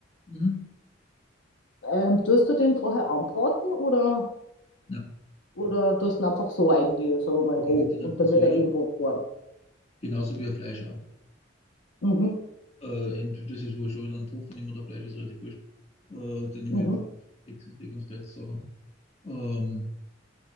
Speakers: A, on the left; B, on the left.
A: Mhm.
B: Ähm, tust du den vorher anbraten oder,
A: Ja,
B: oder tust du ihn einfach so rein, sagen wir mal roh,
A: ich dann
B: und
A: einfach
B: dann
A: so
B: wird
A: eine.
B: er eben warm.
A: Genauso wie ein Fleisch auch.
B: Mhm,
A: Äh, entweder das ist wurscht, ob ich dann Tofu nehme oder Fleisch ist relativ wurscht. Äh, dann nehme
B: mhm.
A: ich Deck- deckungsgleiche Sachen. Ähm,